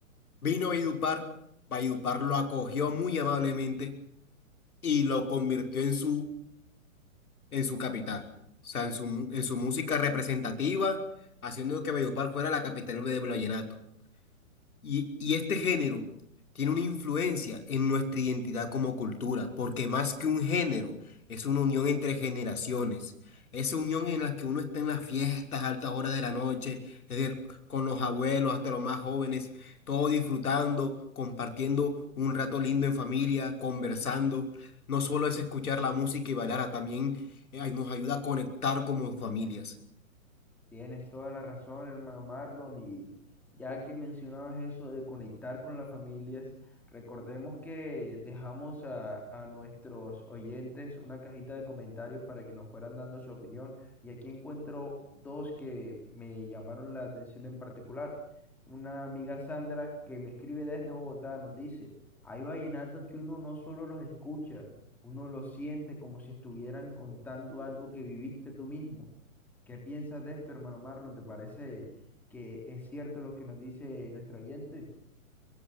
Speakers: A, on the left; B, in the centre.
A: vino Valledupar, Valledupar lo acogió muy amablemente y lo convirtió en su, en su capital, o sea, en su, mu- en su música representativa, haciendo que Valledupar fuera la capital del vallenato. Y, y este género tiene una influencia en nuestra identidad como cultura, porque más que un género, es una unión entre generaciones. Esa unión en la que uno está en las fiestas, altas horas de la noche, es decir, con los abuelos hasta los más jóvenes, todos disfrutando, compartiendo un rato lindo en familia, conversando. No solo es escuchar la música y bailar, también eh, nos ayuda a conectar como familias.
B: Tienes toda la razón, hermano Marlon, y ya que mencionabas eso de conectar con las familias, recordemos que dejamos a, a nuestros oyentes una cajita de comentarios para que nos fueran dando su opinión, y aquí encuentro dos que me llamaron la atención en particular. Una amiga Sandra que me escribe desde Bogotá nos dice, hay vallenatos que uno no solo los escucha, uno los siente como si estuvieran contando algo que viviste tú mismo. ¿Qué piensas de esto, hermano Marlon? ¿Te parece que es cierto lo que nos dice nuestro oyente?